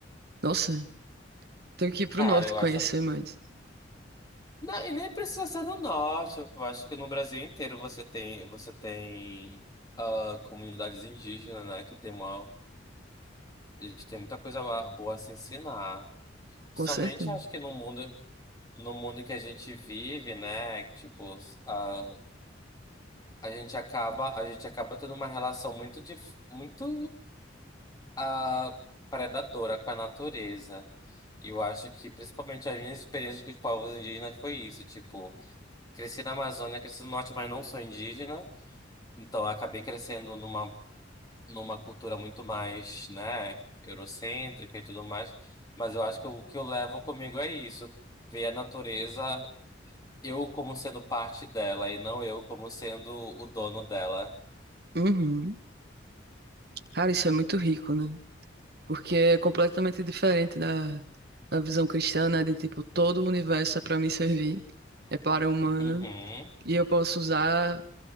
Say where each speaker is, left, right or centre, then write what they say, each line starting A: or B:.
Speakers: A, on the right (about 55°); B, on the left (about 20°).
A: Nossa, tenho que ir pro
B: Cara,
A: norte
B: eu
A: conhecer
B: acho.
A: mais.
B: Não, e nem precisa ser no norte. Eu acho que no Brasil inteiro você tem, você tem ah, comunidades indígenas, né? Que tem uma. Eles têm muita coisa boa a se ensinar. Somente
A: Com certeza.
B: acho que no mundo, no mundo que a gente vive, né? Tipo, a, a gente acaba, a gente acaba tendo uma relação muito, dif, muito a predadora com a natureza. Eu acho que, principalmente, as minhas experiências com os povos indígenas foi isso. Tipo, cresci na Amazônia, cresci no norte, mas não sou indígena. Então, eu acabei crescendo numa, numa cultura muito mais, né, eurocêntrica e tudo mais. Mas eu acho que o que eu levo comigo é isso. Ver a natureza, eu como sendo parte dela e não eu como sendo o dono dela.
A: Uhum. Cara, isso é muito rico, né? Porque é completamente diferente da, da visão cristã, né? De tipo, todo o universo é para me servir, é para o humano,
B: Uhum.
A: e eu posso usar,